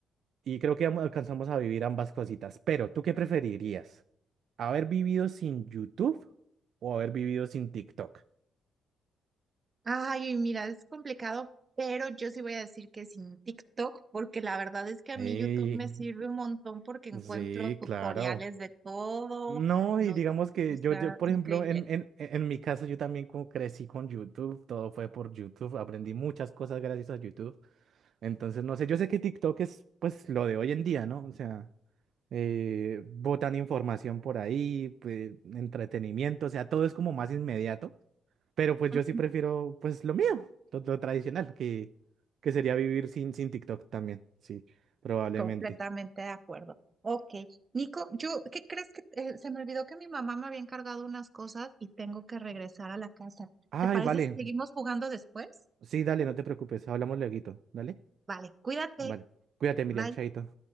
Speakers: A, on the right; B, on the right.
A: Y creo que am- alcanzamos a vivir ambas cositas. Pero, ¿tú qué preferirías? ¿Haber vivido sin YouTube o haber vivido sin TikTok?
B: Ay, mira, es complicado, pero yo sí voy a decir que sin TikTok, porque la verdad es que a
A: sí
B: mí YouTube me sirve un montón porque encuentro
A: sí,
B: tutoriales
A: claro.
B: de todo,
A: No,
B: no,
A: y digamos que
B: o sea,
A: yo, yo, por
B: increíble.
A: ejemplo, en, en, en mi caso, yo también como crecí con YouTube, todo fue por YouTube, aprendí muchas cosas gracias a YouTube. Entonces, no sé, yo sé que TikTok es pues lo de hoy en día, ¿no? O sea, eh, botan información por ahí, pe- entretenimiento, o sea, todo es como más inmediato. Pero pues
B: ¿Mm?
A: yo sí prefiero pues lo mío, lo, lo tradicional, que, que sería vivir sin, sin TikTok también, sí, probablemente.
B: Completamente de acuerdo. Ok, Nico, yo, ¿qué crees que eh, se me olvidó que mi mamá me había encargado unas cosas y tengo que regresar a la casa?
A: Ay,
B: ¿Te parece
A: vale.
B: si seguimos jugando después?
A: Sí, dale, no te preocupes, hablamos lueguito, ¿dale?
B: Vale, cuídate.
A: Vale. Cuídate, Miriam,
B: Bye.
A: chaito.